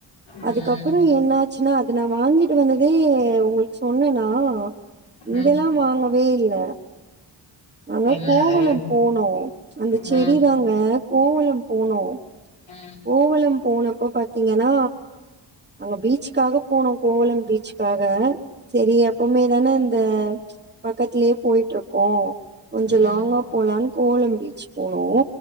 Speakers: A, on the left; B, on the right.
A: ம்
B: அதுக்கப்பறோ என்னாச்சுன்னா அது நா வாங்கிட்டு வந்ததே உங்கள்க் சொன்னனா இங்கல்லா
A: ம்
B: வாங்கவே இல்ல நாங்க
A: என்னது
B: கோவலம் போனோ அந்த செடி
A: ம்
B: தாங்க கோவலம் போனோ
A: ம்
B: கோவலம் போனப்ப பாத்தீங்கன்னா அங்க பீச் க்காக போனோ கோவலம் பீச்சுக்காக செரி எப்பவ்மே தான இந்த பக்கத்துலே போய்ட்ருக்கோ கொஞ்ச
A: ம்
B: லாங்கா போலான் கோவலம் பீச் போனோ